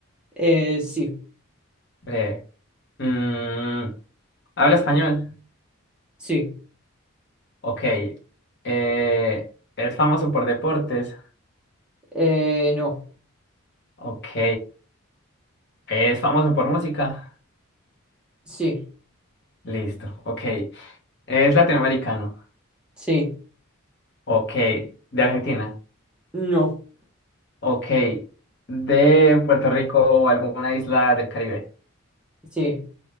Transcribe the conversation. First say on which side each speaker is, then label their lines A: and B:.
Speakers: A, in the centre; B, on the left.
A: Eh, sí,
B: Breve. Mm, ¿habla español?
A: sí,
B: Ok. Eh, ¿es famoso por deportes?
A: eh, no,
B: Ok. ¿Es famoso por música?
A: sí,
B: Listo. Ok. ¿Es latinoamericano?
A: sí,
B: Ok. ¿De Argentina?
A: no,
B: Ok. ¿De Puerto Rico o alguna isla del Caribe?
A: sí.